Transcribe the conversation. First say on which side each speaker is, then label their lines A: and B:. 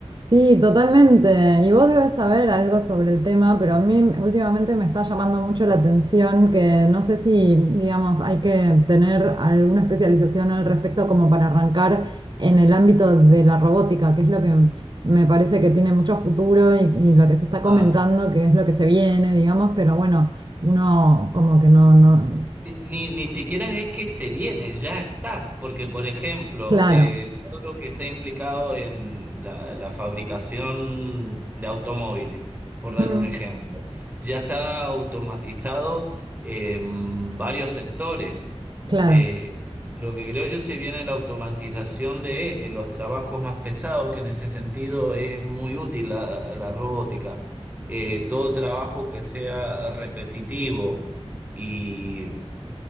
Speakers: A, on the right (about 45°); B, on the right (about 15°).
A: Sí, totalmente. Y vos debes saber algo sobre el tema, pero a mí últimamente me está llamando mucho la atención que no sé si, digamos, hay que tener alguna especialización al respecto como para arrancar en el ámbito de la robótica, que es lo que me parece que tiene mucho futuro y, y lo que se está comentando,
B: ah,
A: que es lo que se viene, digamos, pero bueno, uno como que no, no,
B: Eh, Ni, ni siquiera es que se viene, ya está. Porque, por ejemplo,
A: claro,
B: eh, todo lo que está implicado en la, la fabricación de automóviles, por dar
A: Mm,
B: un ejemplo, ya está automatizado en varios sectores.
A: claro.
B: Eh, lo que creo yo se viene la automatización de eh, los trabajos más pesados, que en ese sentido es muy útil la, la robótica. Eh, todo trabajo que sea repetitivo. y